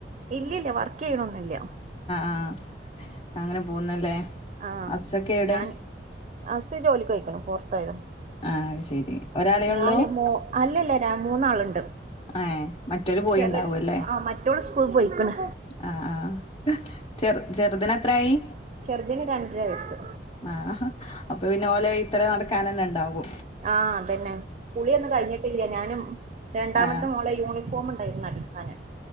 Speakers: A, on the right; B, on the left.
A: ഇല്ലി ഇല്ല വർക്കെയ്യ്ണൊന്ന് ന്നില്ല
B: ആഹ് അങ്ങനെ പോകുന്നല്ലേ
A: ആഹ്
B: ഹസ്സൊക്കെ എവിടെ
A: ഞാൻ അഫ്സ ജോലിക്ക് പൊയ്ക്കുണു പൊർ ത്തൊയെതാ
B: ആഹ് അയ് ശരി ഒരാളെ
A: ഞാന്
B: ഉള്ളൂ
A: മോ അല്ല അല്ല മൂന്നാൾ ഇണ്ട്
B: ഏ മറ്റൊരു പോയിണ്ടാവും
A: ചെറിയ
B: അല്ലേ
A: ആഹ് മറ്റോൾ സ്കൂ ൾ പോയിക്ക്ണ്
B: ആഹ് ആഹ് ചെറ് ചെർതിന് എത്രെ ആയി
A: ചെറുതിന് രണ്ടര വയസ്സ്
B: ആഹ് അപ്പ പിന്നെ ഓലെ വെയ്ത്തെലെ നട്ക്കാനെന്നെ ഇൺ ണ്ടാവു
A: ആഹ് അതന്നെ കുളിയൊന്നും കഴിഞ്ഞിട്ടില്ല ഞാനും രണ്ടാമത്തെ
B: ആഹ്
A: മോളെ യൂണി- ഫോമിണ്ടാരുന്ന് <unintelligible>